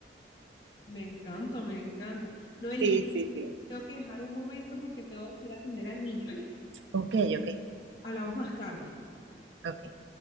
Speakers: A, on the left; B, on the right.
A: Me encanta, me encanta. Noeli,
B: Sí,
A: mira,
B: sí, sí.
A: tengo que dejar un momento porque tengo que ir a atender al niño, ¿viste?
B: Ok, ok,
A: Hablamos más tarde.
B: ok.